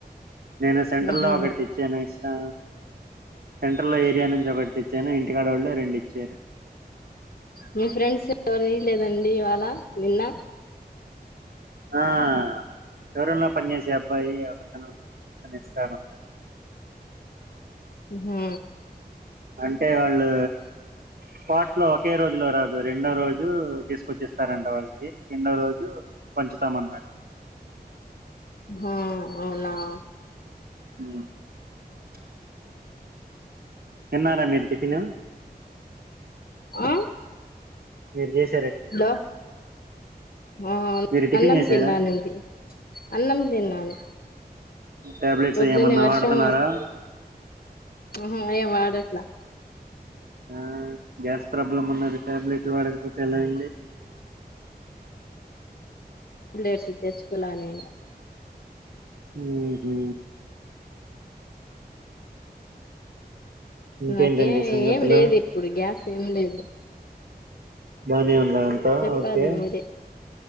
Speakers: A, on the right; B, on the left.
A: నేను సెంట్రల్
B: ఊహూ
A: లో ఒకటి తెచ్చాను ఇస్తా సెంట్రల్ లో ఏరియా నుంచి ఒకటి ఇచ్చాను ఇంటికాడోళ్ళు రెండిచ్చారు
B: మీ ఫ్రెండ్స్ ఎవరీ లేదండి ఇవాళ నిన్న
A: ఆ షో రూం లో పని చేేసే అబ్బాయి ఒకతనున్నారు అతను ఇస్తానన్నాడు
B: మ్ హు
A: అంటే వాళ్ళు స్పాట్లో ఒకే రో లో రాదు రెండో రోజు తీసుకొచ్చిస్తారంట వాళ్ళకి రెండో రోజు పంచుతామన్నారు
B: హ అవునా
A: మ్ <inaudible> తిన్నారా మీరు టిఫిన్
B: ఆ
A: మీరు చేస్
B: హలో అ
A: మీరు టిఫిన్
B: అన్నం
A: చేసారా
B: తిన్నానండి అన్నం తిన్నాను
A: టాబ్లెట్స్
B: పొద్దున్నే
A: అ ఏమన్నా
B: వర్షం
A: వాడుతన్నారా
B: మ్ ఏం వాడట్లా
A: ఆ గ్యాస్ ప్రాబ్లమ్ ఉన్నది టాబ్లెట్లు వాడకపోతే ఎలా అండి
B: <unintelligible> తెచ్చుకోలా నేను
A: మ్ ఊహూ ఇంకేంటండి
B: నాకేం
A: సంగతులు
B: ఏం లేదు ఇప్పుడు గ్యాస్ ఏం లేదు
A: బానేవు అ అంత
B: చెప్పాలి
A: ఓకే
B: మీరే